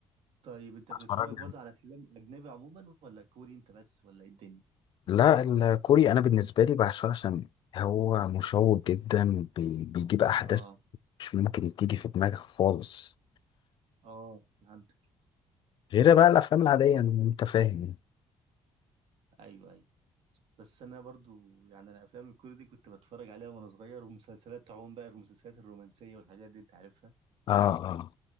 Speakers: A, on the right; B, on the left.
A: طيب انت
B: اتفرج
A: بتتفرج برضه على افلام اجنبي عموما ولا كوري انت بس ولا ايه الدنيا
B: لا الكوري انا بالنسبه لي بعشقه عشان هو مشوق جدا بي- بيجيب احداث
A: اه
B: مش ممكن تيجي في دماغك خالص
A: اه فهمتك
B: غير بقى الافلام العاديه يعني، انت فاهم يعني.
A: ايوه ايوه بس انا برضو يعني انا افلام الكوري دي كنت بتفرج عليها وانا صغير ومسلسلات عموما بقى المسلسلات الرومانسيه والحاجات دي انت عارفها
B: اه اه